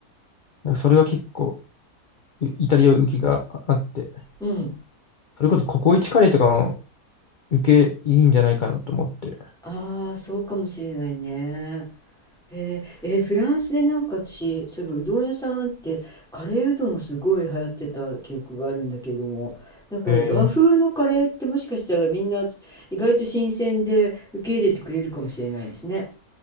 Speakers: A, on the left; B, in the centre.
A: なんかそれが結構、イイタリア受けがああって、
B: うん。
A: それこそココイチカレーとかも受けいいんじゃないかなと思って。
B: ああ、そうかもしれないね。へえー、えーフランスでなんか私、そういえばうどん屋さんってカレーうどんがすごい流行ってた記憶があるんだけども、なんか和風のカレーってもしかしたらみんな意外と新鮮で受け入れてくれるかもしれないですね。
A: え